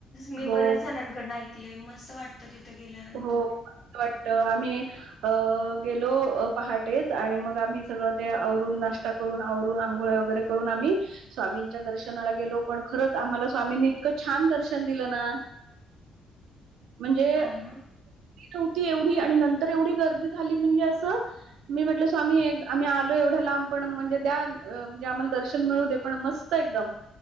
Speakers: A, on the left; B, on the right.
A: मी
B: हो
A: बऱ्याच जणांकडन ऐकले मस्त वाटत तिथे गेल्यानंतर
B: हो मस्त वाटतं आम्ही अ गेलो पहाटेच आणि मग आम्ही सगळं ते आवरून नाश्ता कर पण आवरून आंघोळ वगैरे करून आम्ही स्वामींच्या दर्शनाला गेलो पण खरंच आम्हाला स्वामींनी इतकं छान छान दर्शन दिलं ना म्हणजे
A: हा ना
B: नव्हती एवढी आणि नंतर एवढी गर्दी झाली म्हणजे असं मी म्हटलं स्वामी आम्ही आलो एवढ्या दर्शन मिळू दे पण मस्त एकदम